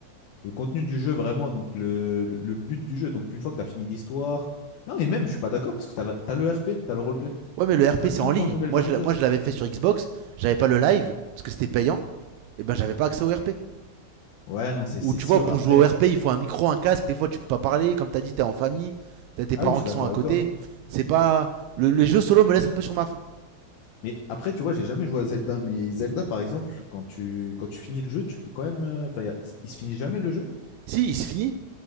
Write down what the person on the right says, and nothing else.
Ouais, mais le RP
c'est
en
ligne.
Moi,
je, moi, je l'avais fait sur Xbox, j'avais pas le live, parce que c'était payant, et ben j'avais pas accès au RP.
Ou
tu
vois, pour
jouer au RP, il faut un micro, un casque. Des fois, tu peux pas parler. Comme t'as dit, t'es en famille, t'as tes
parents
qui
sont à
côté.
C'est pas. Le, le jeu solo me laisse un peu sur ma faim.
Si, il se finit,